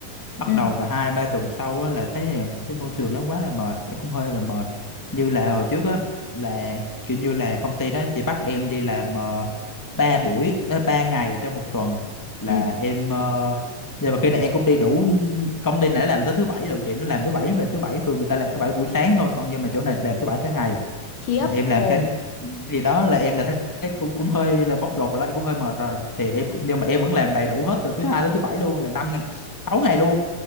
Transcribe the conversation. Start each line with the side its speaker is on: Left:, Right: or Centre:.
Centre: bắt
Left: Ừ.
Centre: đầu mà hai ba tuần sau á, là thấy thấy môi trường nó quá là mệt, em cũng hơi là mệt. Như là hồi trước á là kiểu như là công ty đó chỉ bắt em đi làm uh, 3 buổi uh, 3 ngày trong một tuần là
Left: ừ
Centre: em ờ, nhưng mà khi này em cũng đi đủ công ty này nó làm tới thứ bảy lận chị nó làm thứ bảy về thứ bảy thường người ta làm thứ bảy buổi sáng thôi còn nhưng mà chỗ này làm thứ bảy cả ngày
Left: khiếp
Centre: là em làm
Left: hồn
Centre: cái gì đó là em là thấy thấy cũng cũng hơi là bóc lột rồi đó em cũng hơi mệt rồi thì em cũng nhưng mà em vẫn làm đầy đủ hết từ thứ hai tới thứ bảy luôn là năm ngày- sáu ngày luôn